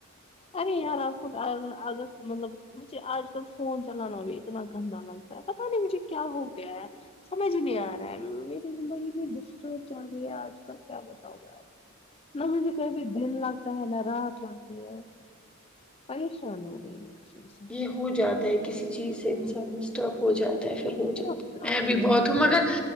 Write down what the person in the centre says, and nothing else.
یہ ہو جاتا ہے کسی چیز سے انسان ڈسٹرب ہو جاتا ہے پھر ہو
جاتا
میں بھی بہت ہ مگر